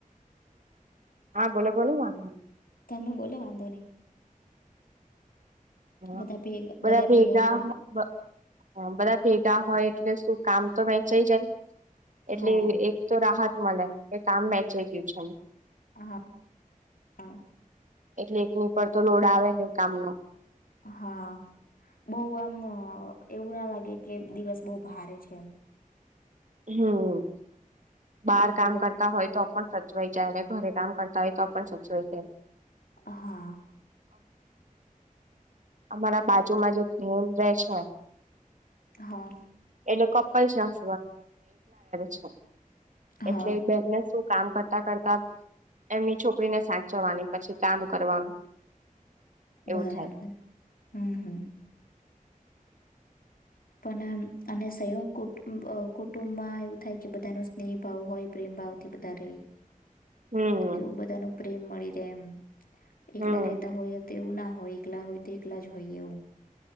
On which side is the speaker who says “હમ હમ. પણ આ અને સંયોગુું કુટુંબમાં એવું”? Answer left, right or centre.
Left